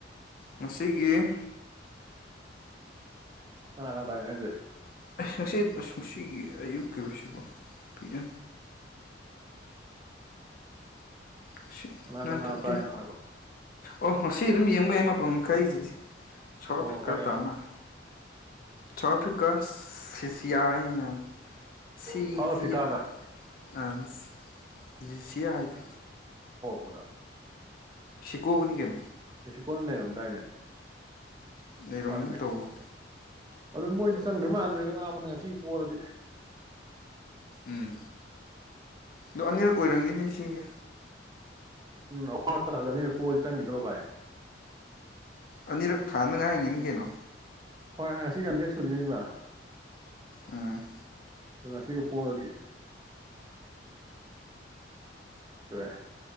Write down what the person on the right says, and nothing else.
ꯅ ꯀꯥꯟ ꯇꯥꯏꯅꯦ ꯍꯥꯏꯦ
ꯀꯅꯥ
ꯀꯅꯥ
ꯇꯥꯏꯅꯣ ꯍꯥꯏꯕ
ꯑꯃ
ꯃꯈꯥꯏꯒ
ꯁꯥꯎꯠ ꯑꯐ꯭ꯔꯤꯀꯥꯒ ꯀꯗꯥ
ꯃꯦꯁꯤꯀꯣꯟꯜꯅ ꯂꯩꯔꯝꯗꯥꯏꯅꯦ
ꯃꯥꯅꯤ ꯃꯦꯁꯤꯀꯣ
ꯑꯗꯨ ꯃꯣꯏꯗꯤ ꯆꯪꯗꯣꯏ ꯃꯥꯟꯗ꯭ꯔꯦꯗ ꯅꯅꯥ ꯐꯅ ꯉꯁꯤ ꯄꯔꯗꯤ
ꯎꯝ ꯑꯋꯥ ꯑꯅꯤꯔꯛ ꯄꯣꯛꯑꯗꯤ ꯆꯪꯈꯤꯗ꯭ꯔꯣ ꯚꯥꯏ
ꯍꯣꯏꯣꯏ ꯉꯁꯤꯒꯥꯟ ꯍꯦꯛ ꯁꯨꯔꯤꯅꯤꯗꯅ
ꯉꯁꯤꯒ ꯄꯔꯗꯤ ꯏ ꯇ